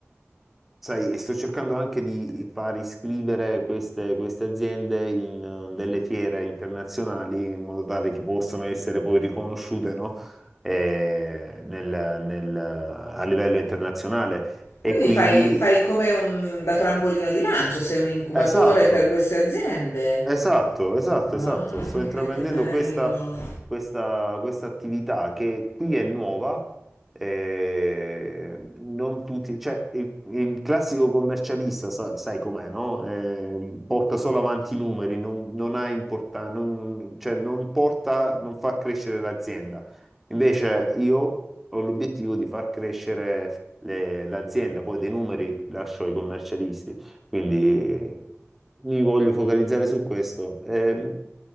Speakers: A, in the centre; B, on the left (about 80°).
A: Sai, e sto cercando anche di far iscrivere queste, queste aziende in eh, delle fiere internazionali in modo tale che possano essere poi riconosciute, no? Eh, nel- nel- a livello internazionale. E
B: Quindi
A: quindi,
B: fai, fai come un da trampolino di lancio, sei un incubatore
A: esatto.
B: per queste aziende.
A: Esatto, esatto,
B: Mamma
A: esatto. Sto intraprendendo
B: mia, che bello!
A: questa, questa, questa attività che qui è nuova. eh, non tutti, cioè, il, il classico commercialista, sai, sai com'è, no? Eh, porta solo avanti i numeri, non, non ha importan- non, cioè, non porta, non fa crescere l'azienda. Invece io ho l'obiettivo di far crescere le- l'azienda, poi dei numeri lascio ai commercialisti. Quindi mi voglio focalizzare su questo. Eh,